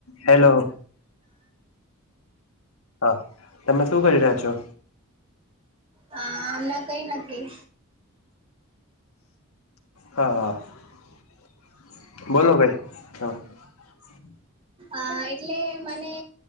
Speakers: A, on the left; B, on the right.
A: Hello. હા તમે શું કરી રહ્યા છો?
B: હા અમે કઈ નથી.
A: હા હા બોલો ભઈ. <inaudible>
B: અ એટલે મને